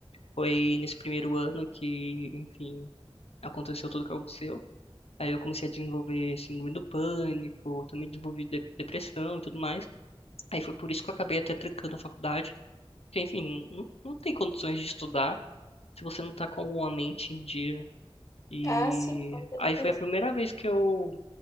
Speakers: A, on the left; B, on the left.
A: Foi nesse primeiro ano que, enfim, aconteceu tudo o que aconteceu. Aí eu comecei a desenvolver síndrome do pânico, também desenvolvi de- depressão e tudo mais. Aí foi por isso que eu acabei até trancando a faculdade. Porque, enfim, não, não tem condições de estudar se você não tá com a mente em dia. E
B: Ah, sim, com certeza.
A: aí foi a primeira vez que eu